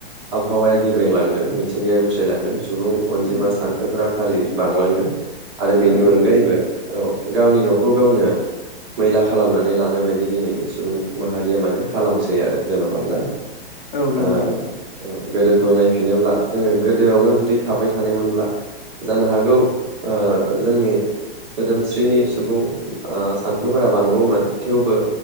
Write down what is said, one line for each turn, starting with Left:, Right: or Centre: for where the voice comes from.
Right: आबहावाया गेब्रेंलांदों मिथिंगाया गुसायलांदों । सुबुं अनजिमा
Left: नंगौ
Right: सानखोफोराबो फारियै बांलांदों। आरो बेनि
Left: औ नंगौ
Right: अनगायैबो औ । गावनि न'खौ गावनो मैला खालामनानै लानाय बायदि दिनैनि सुबुं माहारिया माने खालामसै आरो जेन'बा ना
Left: औ नंगौ
Right: ओ
Left: नंगौ
Right: गोदोखौ नायफिनोब्ला जोङो गोदोआवनो जुदि थाबाय थानायमोनब्ला जानो हागौ ओ जोंनि सोदोमस्रिनि सुबुं ओ सानखोफोरा बांगौमोन थेवबो